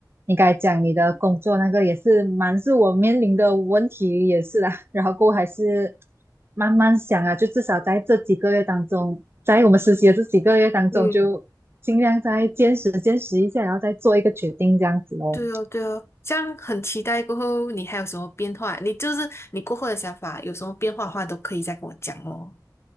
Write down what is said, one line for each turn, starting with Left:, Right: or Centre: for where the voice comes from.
Right: 应该讲你的工作那个也是蛮是我面临的问题也是啦，<laughs> 然后过后还是慢慢想啊，就至少在这几个月当中，在我们实习的这几个月当中，
Left: 嗯。
Right: 就尽量再坚持坚持一下，然后再做一个决定这样子哦。
Left: 对哦，对哦，这样很期待过后你还有什么变化？你就是你过后的想法有什么变化的话，都可以再跟我讲哦。